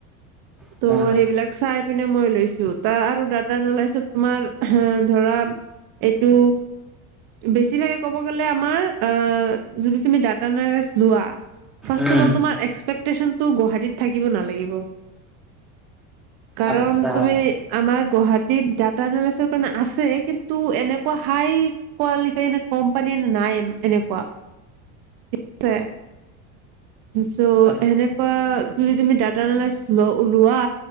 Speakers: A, in the centre; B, on the right (about 60°).
A: আচ্ছা
B: ত সেইবিলাক চাইড পিনে মই লৈছো, তাৰ আৰু দাটা নোলাইছো তোমাৰ হা ধৰা এইটো বেছিভাগ ক'ব গ'লে আমাৰ আহ যদি তুমি ডাটা নেৰেছ লোৱা
A: উম
B: তুৰ্বক তোমাৰ এক্সপেক্টচনতো গুৱাহাটীত থাকিব নালাগিব। কাৰণ
A: আচ্ছা
B: তুমি আমাৰ গুৱাহাটীত ডাটা এনালিচৰ কাৰণ আছে কিন্তু এনেকুৱা হাই কোৱালিফাই কোম্পানী নাই এনেকুৱা। দিছে। চ'
A: আ
B: সেনেকুৱা যদি তুমি ডাটা এনালাইচ ল লোৱা।